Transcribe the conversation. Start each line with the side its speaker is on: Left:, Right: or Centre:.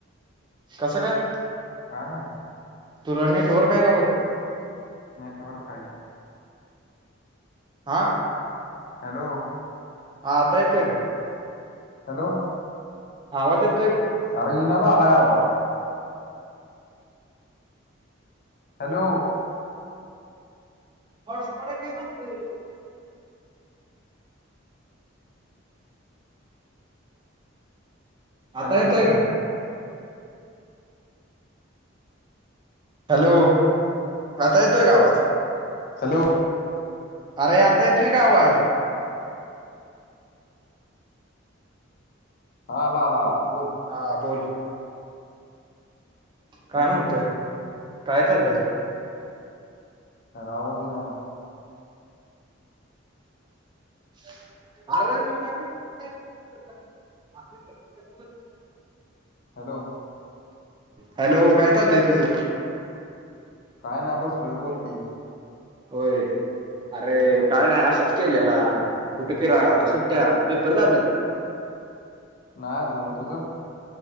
Right: कसं काय?
Left: काय माहिती?
Right: तुला नेटवर्क हाय का, बघ.
Left: नेटवर्क हाय की.
Right: आ
Left: हॅलो?
Right: हा आता येतोय का?
Left: हॅलो?
Right: आवाज येत
Left: आर ईना झालाय आवाज? हॅलो?
Right: हॉटस्पॉट येतय काय बघुया की
Left: हॅलो
Right: आता येतोय का? हॅलो, आता येतोय का आवाज?
Left: हॅलो
Right: अरे, आता येतोय का आवाज?
Left: हा आला आला. बोल
Right: हा बोल. काय
Left: हॅलो
Right: म्हणतोय? काय चाललंय?
Left: आर आवाज ईना?
Right: अ <unintelligible>
Left: हॅलो.
Right: हॅलो, काय चाललंय तुझं?
Left: काय नाय बसलोय. बोल की
Right: होय. अरे काय नाही असाच केलेला कुठे फिराय आता सुट्ट्या पेपर झाले ना. <inaudible>
Left: नाही अजून तुझं?